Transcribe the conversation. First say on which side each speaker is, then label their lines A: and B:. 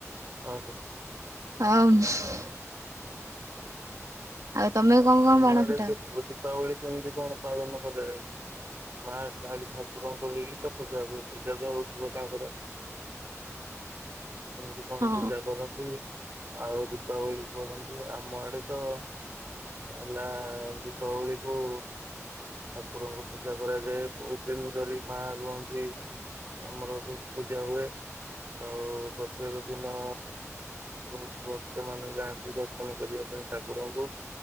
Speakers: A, on the right (about 50°); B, on the right (about 80°).
A: ଓହୋ ହଉ।
B: ଆଉ <unintelligible> ଆଉ ତମେ କଣ କଣ
A: ତମ
B: ବାଣ
A: ଆଡ଼େ
B: ଫୁଟାଅ?
A: ଦୀପାବଳି କେମିତି କଣ ପାଳନ କରାଯାଏ। ମା କାଳୀ ଠାକୁରଙ୍କର ତ ପୂଜା ହୁଏ ପୂଜା ଯୋଉ ହଉଥିବ ତାଙ୍କର କେମିତି କଣ
B: ହଁ
A: ପୂଜା କରନ୍ତି। ଆଉ ଦୀପାବଳି କରନ୍ତି ଆମ ଆଡ଼େ ତ ହେଲା ଦୀପାବଳିକୁ ଠାକୁରଙ୍କ ପୂଜା କରାଯାଏ ବହୁତ ଦିନ ଧରି ମା ରୁହନ୍ତି। ଆମର ଯୋଉଠି ପୂଜା ହୁଏ ଆଉ ପ୍ରତ୍ୟେକ ଦିନ ବହୁତ ଭକ୍ତ ମାନ ଯାଆନ୍ତି ଦର୍ଶନ କରିବା ପାଇଁ ଠାକୁରଙ୍କୁ।